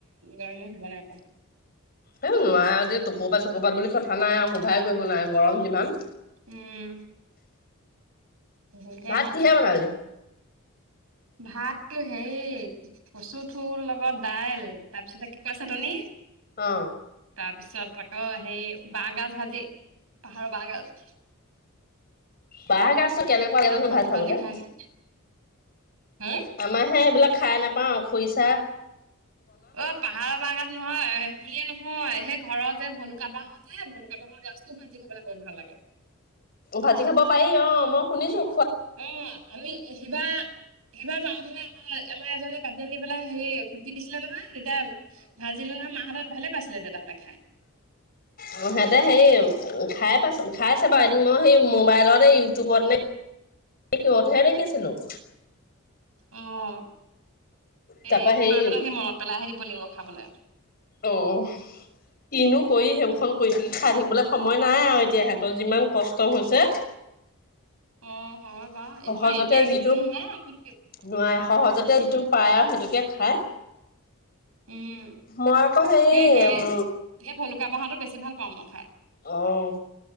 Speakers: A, on the right (about 75°); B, on the left (about 45°).
A: গৰমৰ শুব নাই পৰা।
B: এ নোৱাৰে দেই তকৌ পাত চকৌ পাত বুলি কথা নাই আৰু কোভাৰেই কৰিব নোৱাৰে গৰম কিমান।
A: উম, বহুত গৰম
B: ভাত
A: হৈছে।
B: কিহে বনালি
A: ভাতটো হেৰি কচু থুৰ লগত দাইল তাৰপিছতে কেঁকোৰা চাটনি
B: অ
A: তাৰপিছত আকৌ হেৰি বাঁহ গাজ ভাজি পাহাৰৰ বাঁহ গাজ।
B: বাঁহ গাজটো কেনেকুৱা লাগে জানো
A: ভাজি
B: ভাত খাবলে?
A: ভাজি খাই নহয় হে
B: আমাৰ হে এইবিলাক খাই নাপাওঁ খুৰিচা
A: অ', পাহাৰৰ বাঁহ গাজ নহয় হয় বুলিয়ে নহয় সেই ঘৰৰ যে ভলুকা বাঁহৰ যে ভলুকা বাঁহৰ গাজটো ভাজি খাবলৈ বহুত ভাল লাগে।
B: ভাজি খাব পাৰি অ, মই শুনিছোঁ
A: অ', আমি সিবা সিবাৰ যাওঁতেলে আমাৰ এমাৰ এজনে কাটি আনি পেলাই হেৰি খুটি দিছিলে নহয়, তেতিয়া ভাজিলো নহয় মাহঁতে ভালে পাইছিলে দেতা হঁতে।
B: সেহঁতে হেৰি খাই পাইছোন খাই চাবা, এদিন মই সেই মোবাইলৰে ইউটিউবত নে এই কি অধায় দেখিছিলো।
A: অ', সেই
B: তাৰপা হেৰি
A: মাহঁতক সেই মনত পেলাইহে দিব লাগিব খাবলৈ।
B: অ', কিনো কৰি সেইবোৰখন কৰি থাকি খাই থাকিবলৈ সময় নাই আৰু এতিয়া সিহঁতৰ যিমান কষ্ট হৈছে।
A: অ', হয় বাৰু
B: সহজতে
A: এতিয়া এইকেইদিনত
B: যিটো
A: নোৱাৰ
B: নোৱাৰে সহজতে যিটো পায় আৰু সেইটোকে খায়
A: উম
B: মই আকৌ হেৰি
A: সেই সেই
B: উম,
A: সেই ভলুকা বাঁহৰটো বেছি ভাল পাওঁ মই খাই।
B: অ',